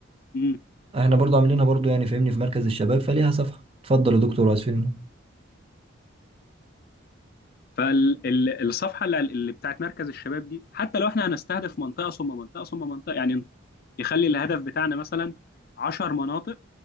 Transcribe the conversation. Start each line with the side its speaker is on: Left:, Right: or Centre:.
Left: امم
Right: احنا برضو عاملينها برضو يعني فاهمني في مركز الشباب فليها صفحة اتفضل يا دكتور اسفين
Left: فالصفحه اللي اللي بتاعت مركز الشباب دي حتى لو احنا هنستهدف منطقه ثم منطقه ثم منطقه يعني يخلي الهدف بتاعنا مثلا 10 مناطق